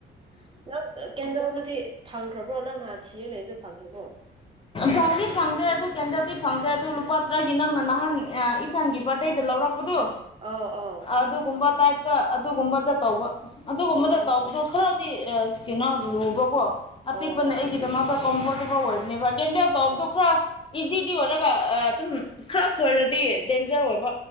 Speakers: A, on the right; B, on the left.
A: ꯅꯪ ꯀꯦꯟꯗꯜꯗꯨꯗꯤ ꯐꯪꯈ꯭ꯔꯕ꯭ꯔꯣ ꯅꯪ ꯅꯍꯥꯟ ꯊꯤꯔ ꯂꯩꯕꯗꯨ ꯐꯪꯈ꯭ꯔꯕꯣ
B: ꯐꯪꯂꯤ ꯐꯪꯗꯦ ꯑꯗꯨ ꯀꯦꯟꯗꯜꯗꯤ ꯐꯪꯗ꯭ꯔꯦ ꯑꯗꯨ ꯂꯨꯄꯥ ꯇꯔꯥꯒꯤ ꯅꯪꯅ ꯅꯍꯥꯟ ꯏꯁꯊꯟꯒꯤ ꯕꯥꯔꯗꯦꯗ ꯂꯧꯔꯛ ꯑꯗꯨ
A: ꯑꯧ ꯑꯧ
B: ꯑꯗꯨꯒꯨꯝꯕ ꯇꯥꯏꯞꯇ ꯑꯗꯨꯒꯨꯝꯕꯗ ꯇꯧꯕ ꯑꯗꯨꯒꯨꯝꯕꯗ
A: ꯑꯧ
B: ꯇꯧꯕꯗ ꯈꯔꯗꯤ ꯀꯩꯅꯣ ꯂꯨꯕꯀꯣ ꯑꯄꯤꯛꯄꯅ
A: ꯑꯧ
B: ꯑꯩꯒꯤꯗꯃꯛꯇ ꯄꯔꫭꯔꯇꯨꯒꯜ ꯑꯣꯏꯕꯅꯦꯕ ꯀ ꯇꯞꯗꯨ
A: ꯑꯣ
B: ꯈꯔꯥ ꯏꯖꯤꯗꯤ ꯑꯣꯏꯔꯒ ꯑꯗꯨꯝ ꯈꯔ ꯁꯣꯏꯔꯗꯤ ꯗꯦꯟꯖꯔ ꯑꯣꯏꯕ